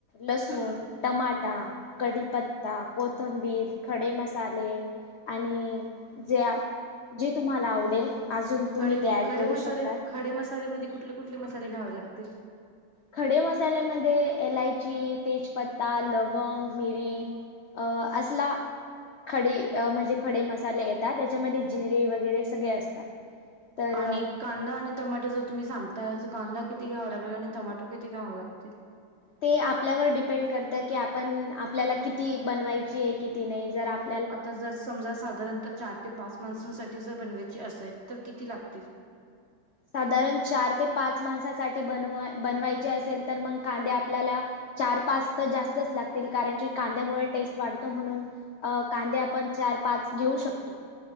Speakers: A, on the left (about 80°); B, on the right (about 50°).
A: लसूण, टमाटा, कढीपत्ता कोथंबीर, खडेमसाले आणि जे जे तुम्हाला आवडेल. अजून तुम्ही
B: खडे
A: ते ऍड
B: खडे
A: करू
B: मसाले
A: शकतात.
B: खडे मसालेमध्ये कुठले कुठले मसाले घ्यावे लागत.
A: खडे मसाल्यामध्ये एलायची तेजपत्ता लवंग मिरी. अ असला खडे म्हणजे खडे मसाले येतात त्याच्यामध्ये जिरे वगैरे सगळे असतात. तर
B: आणि कांदा आणि टमाटो जर तुम्ही सांगताय तर कांदा किती घ्यावा लागेल आणि टमाटो किती घ्याव लागतील.
A: ते आपल्यावर डिपेंड करत की आपण आपल्याला किती बनवायची आहे किती नाही जर आप
B: आता जर समजा साधारणतः चार ते पाच माणसांसाठी जर बनवायची असेल तर किती लागतील.
A: साधारण चार ते पाच मासासाठी बनवा बनवायचे असेल तर मग कांदे आपल्याला चार पाच तर जास्तच लागतील कारण की कांद्यामुळे टेस्ट वाढतो म्हणून अ कांदे आपण चार पाच घेऊ शकतो